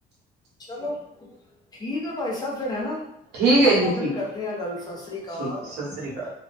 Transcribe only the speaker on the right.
ਠੀਕ ਹੈ
ਜੀ
ਠੀਕ
ਠੀਕ ਸਤਿ ਸ੍ਰੀ ਅਕਾਲ